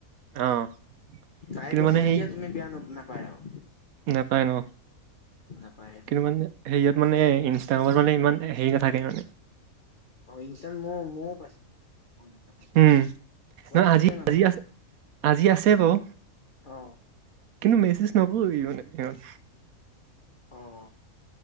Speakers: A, on the right; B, on the left.
A: অ',
B: তাই
A: কিন্তু
B: কৈছে
A: মানে
B: তেতিয়া
A: সেই
B: তুমি বেয়া ন নাপায় আৰু,
A: নাপায় ন
B: নাপায় সেইটো।
A: কিন্তু মানে হেৰিয়ত মানে ইনষ্টাগ্ৰামত মানে ইমান হেৰি নাথাকে মানে।
B: অ ইনষ্টাত মইও মইও পাইছো। নাথাকে
A: উম
B: হোৱাটছএপতো
A: না আজি
B: ইমান
A: আজি
B: নাথাকে
A: আ আজি আছে বাৰু।
B: অঁ।
A: কিন্তু মেছেজ নকৰে মানে ইমান।
B: অ'।